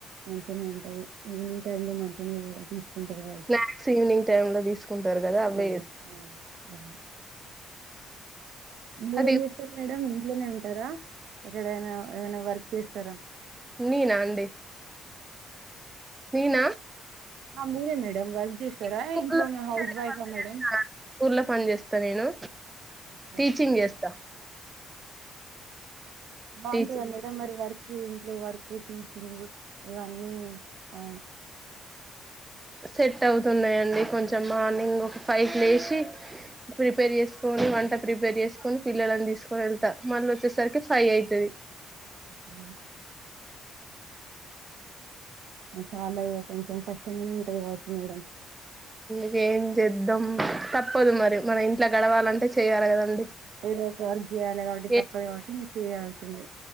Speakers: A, on the right (about 75°); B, on the right (about 20°).
A: మంచిగానే ఉంటది ఈవినింగ్ టైమ్ లో మంచిగానే తీసుకుంటారు కావచ్చు
B: స్నాక్స్ ఈవినింగ్ టైమ్ లో తీసుకుంటారు కదా
A: ఆ
B: అవే
A: ఆ అవును. మీరేం
B: అది
A: చేస్తారు మేడంమ్ ఇంట్లోనే ఉంటార ఎక్కడైనా ఏమైనా వర్క్ చేస్తారా
B: నేన అండి నేన
A: ఆ మీరే మేడం వర్క్ చేస్తారా
B: స్కూల్లో
A: ఇంట్లో
B: టీచర్
A: హౌస్ వైఫా
B: గా వర్క్
A: మేడ
B: చేస్తాను స్కూల్లో పని చేస్తా నేను
A: ఓకే
B: టీచింగ్
A: ఓకే మేడం
B: చేస్తా
A: బాగుంటందా
B: టీచింగ్
A: మేడం మరి వర్ ఇంట్లో వర్క్ టీచింగ్ ఇవన్నీ ఆ
B: సెట్ అవుతున్నా అంటే కొంచెం మార్నింగ్ ఒక ఫైవ్కి లేచి ప్రిపేర్ చేసుకొని వంట ప్రిపేర్ చేసుకొని పిల్లలని తీసుకొని వెళ్తా మళ్ళీ వచ్చేసరికి ఫై్ అవుతుది
A: <unintelligible> చాలా కొంచెం కష్టంగానే ఉంటది కావచ్చు మేడం
B: క ఏం చేద్దాం తప్పదు మరి మన ఇంట్లో గడవాలంటే చెయాలి కదండి
A: ఏదో ఒక వర్క్ చేయ్యాలి కాబట్టి
B: ఏ
A: తప్పదు కాబట్టి ను్వు చేయాల్సిందే